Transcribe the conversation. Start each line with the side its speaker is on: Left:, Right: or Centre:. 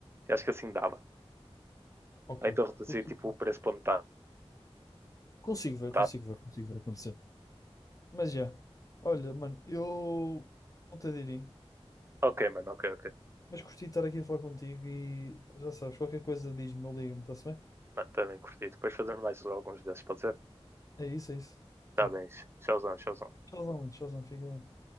Right: Eu acho que assim dava.
Left: Ok.
Right: Ou então reduzir
Left: Consigo
Right: tipo o preço para metade.
Left: consigo ver,
Right: Tá.
Left: consigo ver, consigo ver acontecer. Mas já. Olha, mano, eu vou ter de ir indo.
Right: Ok, mano, ok, ok.
Left: Mas gostei de estar aqui a falar contigo e pá, já sabes, qualquer coisa diz-me ou liga-me, está-se bem?
Right: Mano, também curti. Depois fazemos mais alguns desses, pode ser?
Left: É isso, é isso.
Right: Tá
Left: Tá.
Right: bem. Tchauzão, tchauzão.
Left: Tchauzão, mano. Tchauzão, fica bem.